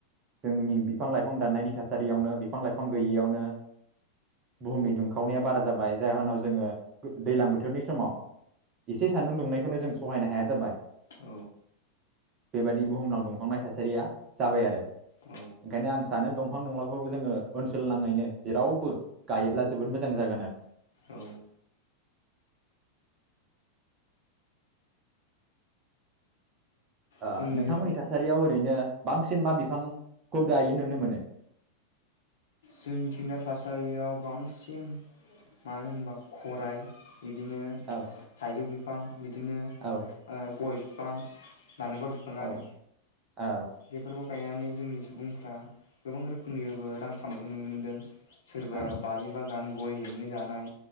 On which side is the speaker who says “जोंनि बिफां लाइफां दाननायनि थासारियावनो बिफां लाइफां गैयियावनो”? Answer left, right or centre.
Right